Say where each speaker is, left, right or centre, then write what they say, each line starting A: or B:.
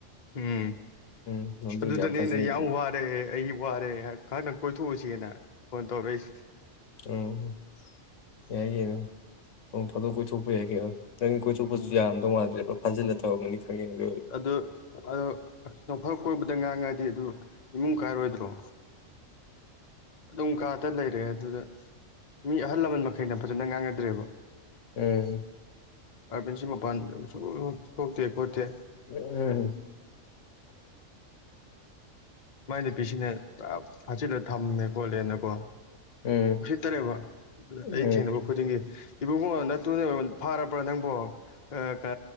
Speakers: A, on the left; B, on the left.
A: ꯎꯝ
B: ꯎꯝ ꯑꯗꯨꯗꯤ
A: ꯑꯗꯨꯗꯅꯦ
B: ꯌꯥꯝ ꯐꯖꯩ
A: ꯌꯥꯝ ꯋꯥꯔꯦ ꯑꯩ ꯋꯥꯔꯦ ꯉꯥꯏꯍꯛꯇꯪ ꯀꯣꯏ ꯁꯨ ꯁꯤꯅ ꯐꯣꯟ ꯇꯧꯔꯔꯤꯁ
B: ꯎꯝ ꯌꯥꯒꯅ ꯐꯗꯣ ꯀ ꯊꯨꯞꯄ ꯌꯥꯒ ꯅꯪ ꯀꯣꯏꯁꯨ ꯀꯠꯁꯨ
A: ꯎꯝ
B: ꯌꯥꯝꯗꯧ ꯃꯥꯜꯂꯦꯕꯣ ꯍꯟꯖꯤꯂ ꯇꯧꯧꯕꯅꯤ ꯈꯪꯉ
A: ꯑꯗꯨ ꯑ ꯅꯣꯡꯐꯔꯛ ꯀꯣꯏꯕꯗ ꯉꯥꯡꯉꯗꯤ ꯑꯗꯨ ꯏꯃꯨꯡ ꯀꯥꯏꯔꯣꯏꯗ꯭ꯔꯣ ꯑꯗꯨꯝ ꯀꯥꯗ ꯂꯩꯔꯦ ꯑꯗꯨꯗ ꯃꯤ ꯑꯍꯜ ꯂꯃꯟ ꯃꯈꯩ ꯐꯩꯅ ꯐꯖꯅ ꯉꯥꯡꯅꯗ꯭ꯔꯦꯕ
B: ꯎꯝ
A: ꯑꯥꯔꯕꯤꯟꯁꯤ ꯃꯄꯥꯟꯗ ꯊꯣꯛꯇꯦ ꯈꯣꯠꯇꯦ
B: ꯎꯝ ꯎꯝ
A: ꯃꯥꯏꯅ ꯄꯁꯤꯅꯦ ꯐꯖꯤꯂ ꯊꯝꯃꯦ ꯈꯣꯠꯂꯦꯅꯀꯣ
B: ꯎꯝ
A: ꯎꯁꯤꯠꯇꯅꯦꯦꯕ
B: ꯎꯝ
A: ꯑꯩ ꯊꯦꯡꯅꯕ ꯈꯨꯗꯤꯡꯒꯤ ꯏꯕꯨꯡꯉꯣ ꯅꯠꯇꯨꯅꯦ ꯐꯥꯔꯕ꯭ꯔꯥ ꯅꯪꯕꯣ ꯈꯥ ꯈꯥ